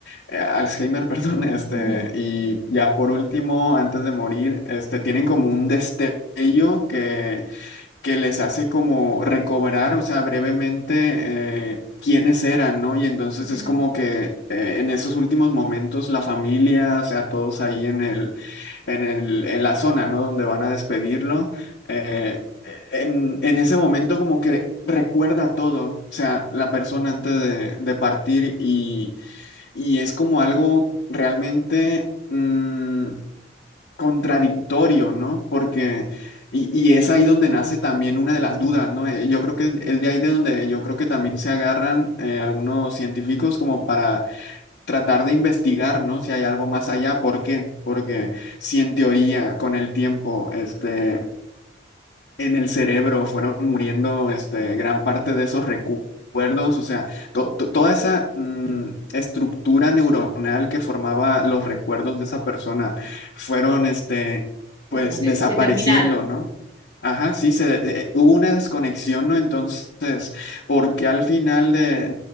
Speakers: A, on the left; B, on the right.
A: eh, Alzheimer, <laughs> perdón, este,
B: Ujú,
A: y ya por último, antes de morir, este, tienen como un destello que que les hace como recobrar, o sea, brevemente eh, quiénes eran, ¿no? Y entonces
B: Mira,
A: es como que eh, en esos últimos momentos la familia, o sea, todos ahí en el, en el, en la zona, ¿no? Donde van a despedirlo, eh, en, en ese momento como que recuerda todo, o sea, la persona antes de, de partir y, y es como algo realmente... mm, contradictorio, ¿no? Porque, y, y es ahí donde nace también una de las dudas, ¿no? Eh, Yo creo que es de ahí de donde yo creo que también se agarran eh, algunos científicos como para tratar de investigar, ¿no? Si hay algo más allá, ¿por qué? Porque si en teoría con el tiempo, este, en el cerebro fueron muriendo este, gran parte de esos recuerdos, o sea, to- to- toda esa mm, estructura neuronal que formaba los recuerdos de esa persona fueron, este,
B: sí,
A: pues,
B: como que,
A: desapareciendo,
B: que terminaron.
A: ¿no? Ajá, sí, se, eh, hubo una desconexión, ¿no? Entonces, porque al final de,